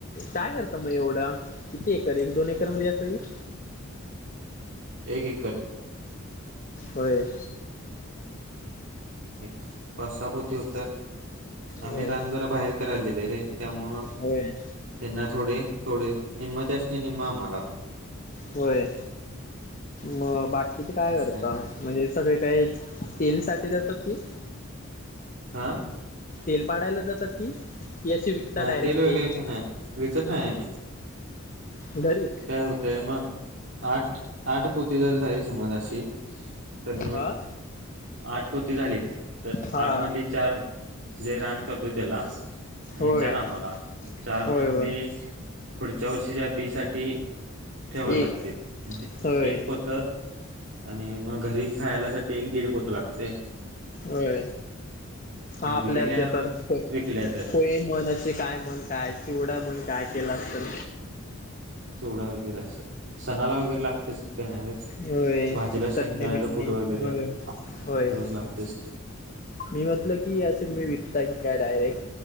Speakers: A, on the left (about 35°); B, on the right (about 60°).
A: काय करता मग एवढा? किती एकर एक दोन एकर मध्ये येतोय. <unintelligible>
B: एक एक
A: होय.
B: एक पाच सहा पोते होत्यात. आम्ही
A: होय
B: रान जरा बाहेर करायला दिले रे त्यामुळं
A: होय
B: त्यांना थोडे थोडे निम्म त्यासनी निम्म आम्हाला
A: होय म बा तिथे काय
B: असं
A: करता? म्हणजे सगळे काही तेल साठी जातात की
B: आ?
A: तेल पाडायला जातात की? की असे विकता
B: नाही
A: डायरेक्ट
B: तेल वगैरे
A: ते
B: काही नाही विकत नाही आम्ही.
A: घरी
B: काय होतय मग आठ आठ पोती जर झाली समज अशी तर मग
A: हा
B: आठ पोती झालीत. तर
A: हा
B: आठ मधली चार जे रान करतोय त्याला आणि
A: होय
B: चार आम्हाला. चार
A: होय
B: मधली
A: होय
B: पुढच्या वर्षीच्या बी साठी ठेवावी
A: एक
B: लागतील. म्हणजे
A: होय
B: एक पोत आणि मग घरी खायला साठी एक दीड पोत लागतंय.
A: होय, आपल्यात
B: उरलेल्या
A: देतातच
B: मग
A: ते.
B: विकल्या
A: <unintelligible>
B: तर
A: <unintelligible> काय मन काय चिवडा मन काय केलं असल.
B: चुडा वगैर अस स सणाला वगैरे लागतेच की काय नाय व्हय.
A: होय
B: भाजीला
A: ती चटणी
B: शेंगदाण्याचा
A: बिटणी
B: कुठ वगैरे.
A: होय होय
B: रोज लागतेच.
A: मी म्हटलं की असेल. <unintelligible> <unintelligible> काय डायरेक्ट